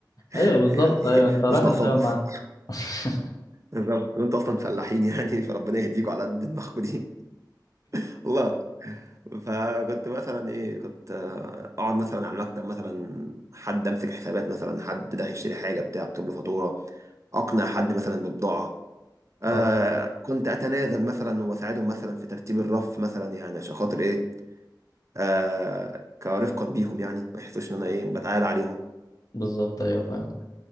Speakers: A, on the right; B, on the left.
A: <laughs>
B: ايوه بالظبط
A: يعني
B: ايوه انت رايح
A: مش ناقصاكوا
B: تشتغل
A: الصراحه
B: معاه <laughs>
A: بالظبط <laughs> وانتوا اصلا فلاحين يعني فربنا يهديكوا على قد دماغكوا دي <laughs> والله فكنت مثلا ايه كنت آه، اقعد مثلا على المكتب مثلا حد امسك حسابات مثلا حد داخل يشتري حاجه بتاع اكتب له فاتوره اقنع حد مثلا ببضاعه آه
B: اه
A: كنت اتنازل مثلا واساعدهم مثلا في ترتيب الرف مثلا يعني عشان خاطر ايه آه كرفقا بيهم يعني ما يحسوش ان انا ايه بتعالى عليهم
B: بالظبط ايوه فاهم